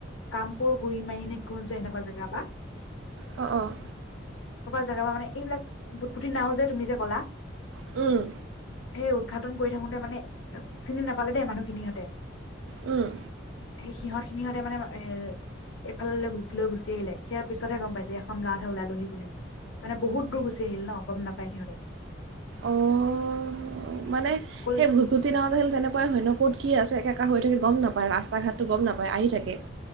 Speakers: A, on the left (about 80°); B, on the right (about 70°).
A: কামপুৰ গুৰি মাৰি নে কোন যে এনেকুৱা জেগাৰ পৰা
B: অ', অ',
A: জেগা বা মানে এইবিলাক বুটবদি বুটবুদি নাও যে তুমি যে কলা
B: উম
A: সেই উদঘাটন কৰি থাকোতে মানে চিনি নাপালে দেই মানুহখিনি সিহঁতে
B: উম,
A: সেই সিহঁত খিনিহঁতে মানে এ এইফাললৈ লৈ গুচি আহিলে সেয়া পিছতহে গম পাইছে এইখন গাঁৱতহে ওলালোহি বুলি। মানে বহুত দূৰ গুচি আহিল ন' গম নাপায় সিহঁতে।
B: অ', মানে
A: কল
B: সেই ধুটি নাওঁত আহিল তেনেকুৱাই হয় ন' ক'ত কি আছে একেকাৰ হৈ থাকে গম নাপায় ৰাস্তা ঘাটটো গম নাপায় আহি থাকে <inaudible>